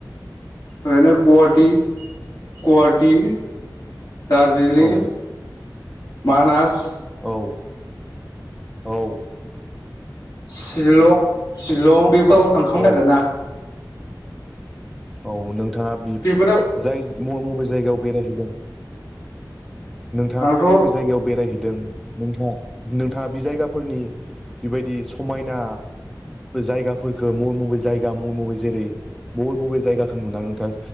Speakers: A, on the left; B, in the centre.
A: ओरैनो गुवाटि गुवाटि दार्जीलिं
B: औ
A: मानास
B: औ औ।
A: सिलं सिलं बे फ्राव थांखांबाय
B: औ
A: आरो ना।
B: औ नोंथाङा बि
A: बेफोराव
B: जाय मबे मबे जायगायाव बेरायहैदों नोंथाङा
A: आंथ'
B: मबे बबे जायगायाव बेरायहै दों नोंथा नोंथाङा बे जायगाफोरनि बेबायदि समायना जायगाफोरखो मबे मबे जायगा मबे मबे जेरै बबे बबे जायगाखौ नुनानै नोंथाङा